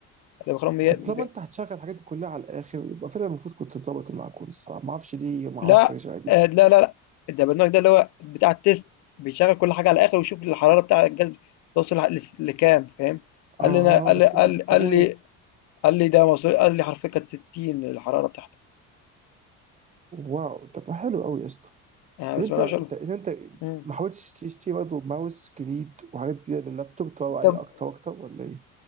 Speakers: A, on the left (about 65°); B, on the right (about 25°).
A: اللي بخرم ي...
B: طب
A: ب...
B: طالما انت هتشغل الحاجات دي كلها على الاخر يبقى فعلا المفروض كنت تظبط المعجون الصراحه ما اعرفش ليه ما
A: لا
B: عملتش حاجه شبه دي
A: آه لا لا لا ده البرنامج ده اللي هو بتاع التيست بيشغل كل حاجة على الآخر ويشوف الحرارة بتاع الجهاز توصل ل- لكام فاهم
B: اه
A: قال لي أنا قال
B: بس
A: لي قال
B: انت في
A: لي
B: الطبيعي
A: قال لي قال لي ده مصري قال لي حرفيا كانت 60 الحرارة بتاعتك
B: واو طب ما حلو قوي يا اسطى
A: يعني
B: طب
A: بسم
B: انت
A: الله
B: انت
A: ما شاء الله
B: انت
A: مم.
B: ما حاولتش تشتري برضه ماوس جديد وحاجات جديده لللابتوب تروق عليه
A: طب
B: اكتر واكتر ولا ايه؟